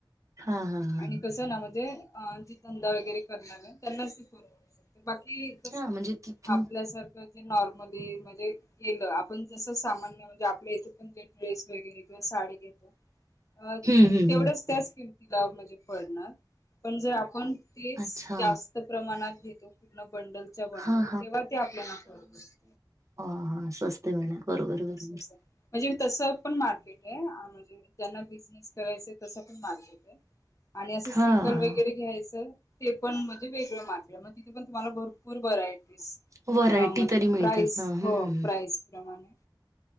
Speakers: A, on the right (about 40°); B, on the left (about 40°).
A: हां, हां, हां,
B: आणि कसं ना म्हणजे अ ज धंदा वगैरे करणार आहे त्यांनाच ते <unintelligible> बाकी कस
A: हां हां, म्हणजे तिथून
B: आपल्यासारखं जे नॉर म म्हणजे गलं आपण जस सामान्य म्हणजे आपल्या इथे पण जे ड्रेस वगैरे किंवा साडी घेतो
A: <unintelligible>
B: अ
A: हं, हं,
B: तेवढ्याच
A: हं.
B: त्याच किमतीला म्हणजे पडणार पण जर आपण तेच
A: अच्छा.
B: जास्त प्रमाणात घेतो पूर्ण बंडलच्या बंडल
A: हां,
B: तेव्हा ते आपल्याला पररवडते.
A: ह हा स्वस्त मिळणार बरोबर बरोबर.
B: असं म्हणजे तसं पण मार्केट आहे म्हणजे ज्यांना बिझनेस करायचं तसं पण मार्केट आहे. आणि असं सिंगल
A: हां.
B: वगैरे घ्यायचं ते पण म्हणजे वेगळ्या मार्केट मग तिथ पण तुम्हाला भरपूर वरायटी
A: व्हरायटी
B: अ म्हणजे
A: तरी मिळतात
B: प्राईस
A: ना हम्म
B: हो प्राईस प्रमाणे